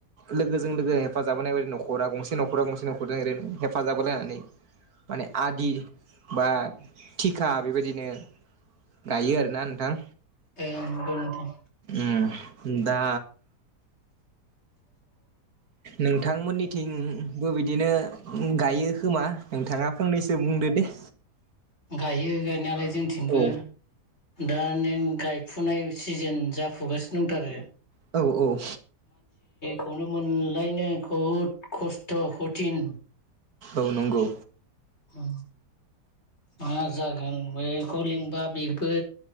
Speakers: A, on the right; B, on the left.
A: लोगोजों लोगो हेफाजाब होनाय बायदि न'खरा गंसे न'खरा गंसे न'खर ओरैनो हेफाजाब होलायनानै माने आदि बा थिखा बेबायदिनो गायो आरोना नोंथां
B: ओं नंगौ नोंथां
A: ओम दा नोंथांमोननिथिंबो बिदिनो गायो खोमा नोंथाङा फंनैसो बुंदो दे
B: गायो गायनायालाय जोंथिंबो
A: औ
B: दा नों गायफुनाय सिजोन जाफुगासिनो दंथारो
A: औ औ
B: खौनो मोनलायनाय बुहुद खस्थ' कतिन
A: औ नंगौ
B: औ मा जागोन बैखौ लिंबा बेबो